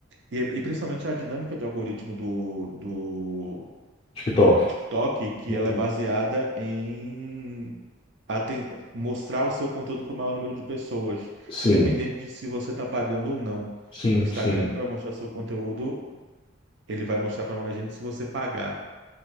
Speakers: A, on the right; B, on the left.
A: e, e principalmente a dinâmica de algoritmo do
B: TikTok.
A: do TikTok, que
B: Uhum.
A: ela é baseada em aten- mostrar o seu conteúdo para o maior número de pessoas,
B: Sim,
A: independente de se você está pagando ou não.
B: sim,
A: O Instagram,
B: sim.
A: para mostrar seu conteúdo, ele vai mostrar para mais gente se você pagar.